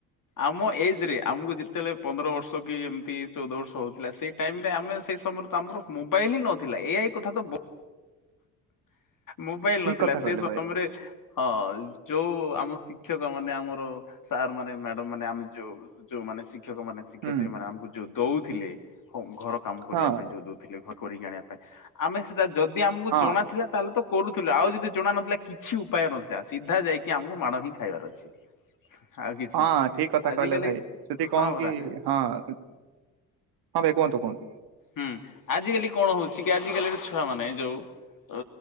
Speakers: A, on the left; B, on the right.
A: ଆମ ଏଜ୍‌ ରେ, ଆମକୁ ଯେତେବେଳେ ପନ୍ଦର ବର୍ଷ କି ଏମିତି ଚଉଦ ବର୍ଷ ହଉଥିଲା, ସେଇ ଟାଇମ୍ ରେ ଆମେ ସେଇ ସମୟରେ ତ ଆମର ମୋବାଇଲ ହିଁ ନଥିଲା, ଏ ଆଇ କଥା ତ ବ ମୋବାଇଲ
B: ଠିକ
A: ନଥିଲା।
B: କଥା
A: ସେ
B: କହିଲେ
A: ସମୟରେ
B: ଭାଇ
A: ହଁ, ଯୋଉ ଆମ ଶିକ୍ଷକ ମାନେ, ଆମର ସାର୍ ମାନେ, ମ୍ୟାଡମ୍ ମାନେ, ଆମେ ଯୋଉ ଯୋଉମାନେ ଶିକ୍ଷକ ମାନେ, ଶିକ୍ଷୟତ୍ରୀ
B: ହୁଁ
A: ମାନେ, ଆମକୁ ଯୋଉ ଦଉଥିଲେ, ଘର କାମ କରିବା
B: ହଁ
A: ପାଇଁ ଯୋଉ ଦଉ ଥିଲେ ଘରୁ କରିକି ଆଣିବା ପାଇଁ। ଆମେ ସେଟା ଯଦି ଆମକୁ
B: ହଁ
A: ଜଣା ଥିଲା, ତାହେଲେ ତ କରୁଥିଲୁ, ଆଉ ଯଦି ଜଣା ନଥିଲା, କିଛି ଉପାୟ ନଥିଲା, ସିଧା ଯାଇକି ଆମକୁ ମାଡ଼ ହିଁ ଖାଇବାର ଅଛି। ଆଉ କିଛି
B: ହଁ,
A: ନାହିଁ
B: ଠିକ୍ କଥା
A: ଆଜିକାଲି
B: କହିଲେ ଭାଇ। ଯଦି
A: ହଁ
B: କଣ
A: ପରା
B: କି ହଁ, ହଁ, ଭାଇ, କୁହନ୍ତୁ, କୁହନ୍ତୁ।
A: ହୁଁ, ଆଜି କାଲି କଣ ହଉଛି କି, ଆଜିକାଲିର ଛୁଆ ମାନେ ଯୋଉ ଅ,